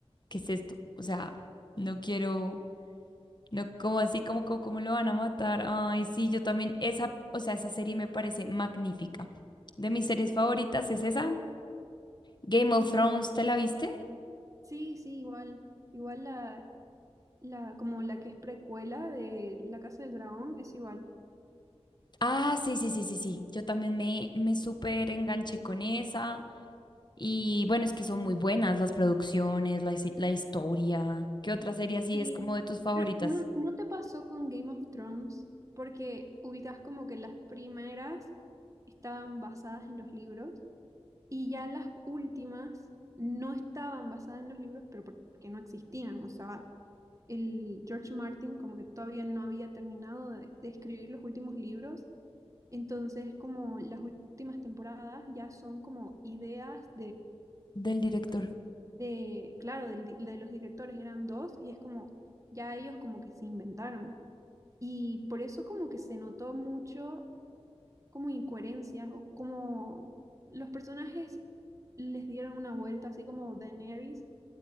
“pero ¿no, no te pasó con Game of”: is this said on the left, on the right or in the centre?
Right